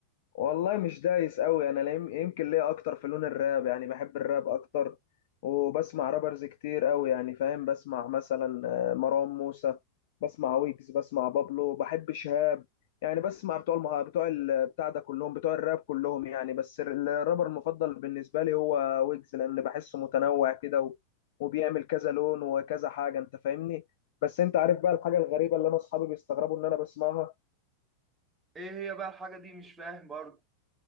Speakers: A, on the left; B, on the right.
A: والله مش دايس قوي انا لا- يم- يمكن ليا اكتر في لون الراب يعني بحب الراب اكتر وبسمع رابرز كتير قوي يعني فاهم بسمع مثلا آه، مروان موسى بسمع ويجز بسمع بابلو بحب شهاب يعني بسمع بتوع المه... بتوع ال... بتاع ده كلهم بتوع الراب كلهم يعني بس ال- الرابر المفضل بالنسبة لي هو ويجز لان بحسه متنوع كده و... وبيعمل كذا لون وكذا حاجة انت فاهمني بس انت عارف بقى الحاجة الغريبة اللي انا اصحابي بيستغربوا ان انا بسمعها
B: ايه هي بقى الحاجه دي مش فاهم برضه